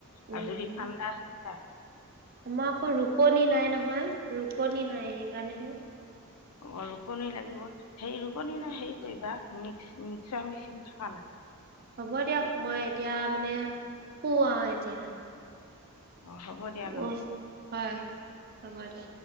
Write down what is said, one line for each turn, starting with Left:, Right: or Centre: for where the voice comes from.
Right: উম
Left: আৰু যদি ঠাণ্ডা অ
Right: আমাৰ আকৌ ৰুকনি নাই নহয় ৰুকনি নাই সেইকাৰণেহে
Left: অকণি লাগিব হে ৰুপনী
Right: অ,
Left: না হেৰি কৰিবা মিক্স মিক্সাৰ মিচিন খ না
Right: হ'ব দিয়ক মই এতিয়া মানে পো আৰু এতিয়া
Left: অঁ হ'ব দিয়া নহ'লে
Right: অ হয় হ'ব দে